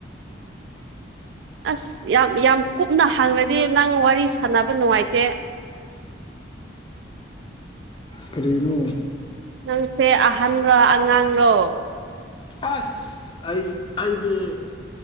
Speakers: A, on the right (about 65°); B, on the left (about 25°).
A: ꯑꯁ ꯌꯥꯝ ꯌꯥꯝ ꯀꯨꯞꯅ ꯍꯥꯡꯔꯗꯤ ꯅꯪ ꯋꯥꯔꯤ ꯁꯥꯟꯅꯕ ꯅꯨꯡꯉꯥꯏꯇꯦ
B: ꯀꯔꯤꯅꯣ
A: ꯅꯪꯁꯦ ꯑꯍꯟꯔꯣ ꯑꯉꯥꯡꯔꯣ
B: ꯑꯁ ꯑꯩ ꯑꯩꯗꯤ